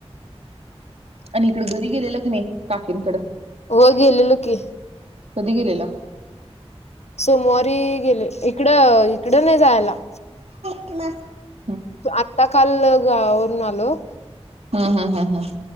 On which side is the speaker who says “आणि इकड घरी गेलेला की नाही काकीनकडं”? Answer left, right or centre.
Right